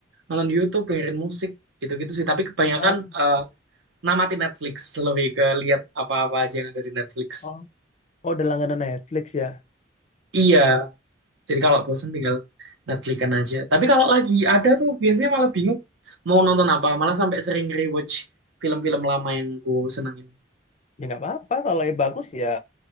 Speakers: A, on the right; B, on the left.
A: nonton YouTube, dengerin musik, gitu-gitu sih. Tapi kebanyakan
B: Ah,
A: eh, namatin Netflix, lebih ke lihat apa-apa aja yang ada di Netflix.
B: oh, oh, udah langganan Netflix ya.
A: Iya, Jadi kalau bosen tinggal Netflix-an aja. Tapi kalau lagi ada tuh biasanya malah bingung mau nonton apa. Malah sampai sering rewatch film-film lama yang ku senengin.
B: Ya nggak apa-apa kalau yang bagus ya